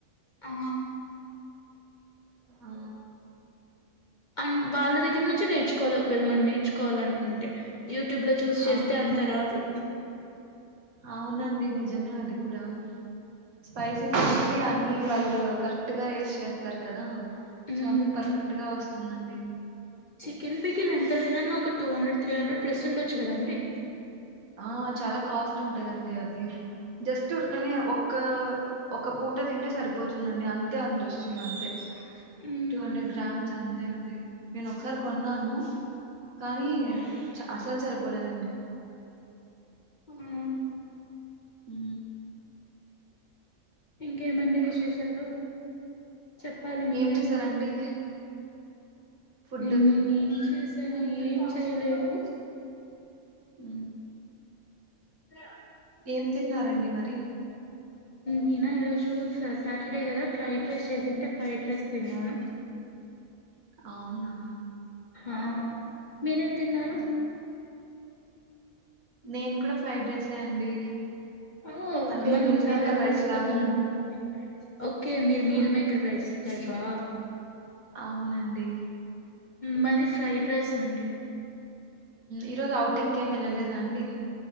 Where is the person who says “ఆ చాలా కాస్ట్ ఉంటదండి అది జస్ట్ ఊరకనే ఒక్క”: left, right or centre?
Right